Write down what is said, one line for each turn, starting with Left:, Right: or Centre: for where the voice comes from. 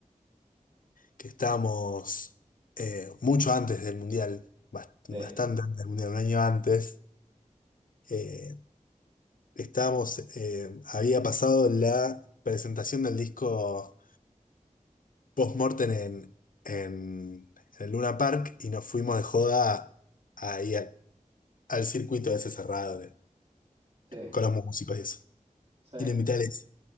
Left: que estábamos eh, mucho antes del Mundial, bast-
Right: Sí,
Left: bastante antes del Mundial, un año antes, eh, estábamos, eh, había pasado la presentación del disco Postmortem en, en, en el Luna Park y nos fuimos de joda ahí al, al circuito ese cerrado de-
Right: sí,
Left: con los músicos y eso.
Right: sí,
Left: Y le invité a Alexis.